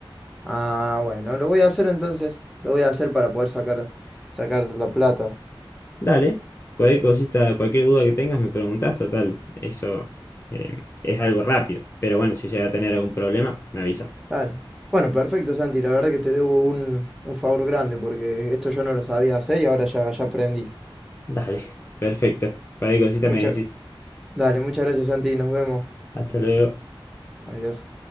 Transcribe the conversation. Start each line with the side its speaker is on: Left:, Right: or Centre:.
Centre: Ah, bueno, lo voy a hacer entonces. Lo voy a hacer para poder sacar, sacar la plata.
Left: Dale, cualquier cosita, cualquier duda que tengas me preguntas, total. Eso eh, es algo rápido. Pero bueno, si llega a tener algún problema, me avisas.
Centre: Dale. Bueno, perfecto, Santi. La verdad que te debo un, un favor grande porque esto yo no lo sabía hacer y ahora ya, ya aprendí.
Left: Dale, <laughs> perfecto. Cualquier cosita
Centre: Mucha-
Left: me decís.
Centre: Dale, muchas gracias, Santi. Nos vemos.
Left: Hasta luego.
Centre: Adiós.